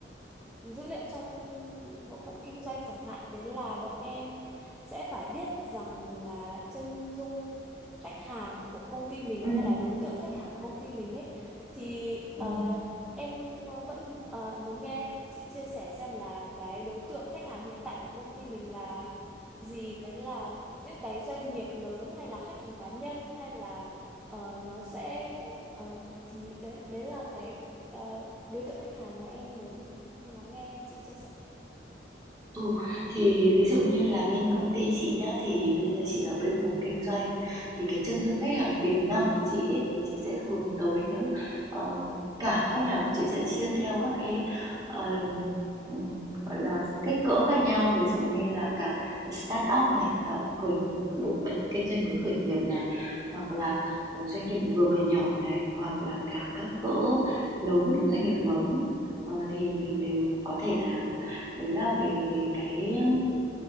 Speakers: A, in the centre; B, on the right.
A: dữ liệu trong bộ phận kinh doanh chẳng hạn đấy là bọn em sẽ phải biết rằng là chân dung khách hàng của công ty mình
B: ừ
A: hay là đối tượng khách hàng của công ty mình ấy thì ờ,
B: ừ
A: em ờ, vẫn ờ, muốn nghe chị chia sẻ xem là cái đối tượng khách hàng hiện tại của công ty mình là gì đấy là những cái doanh nghiệp lớn hay là khách hàng cá nhân hay là ờ, nó sẽ ờ, thì đấy đấy là cái ờ, đối tượng khách hàng mà em muốn lắng nghe chị chia sẻ
B: Ừ, thì ví dụ như là bên công ty chị nhá, thì bây giờ chị ở bên phòng kinh doanh thì cái chân dung khách hàng tiềm năng của chị ấy, thì chị sẽ hướng tới những ờ, cả khách hàng chị sẽ chia theo các cái ờm, ừm, gọi là kích cỡ khác nhau ví dụ như là cả start up này ờ, khởi bộ phận kinh doanh mới khởi nghiệp này hoặc là ờ, doanh nghiệp vừa và nhỏ này hoặc là cả các cỡ lớn doanh nghiệp lớn Ờ, thì mình đều có thể làm Đấy là về về cái, ưm,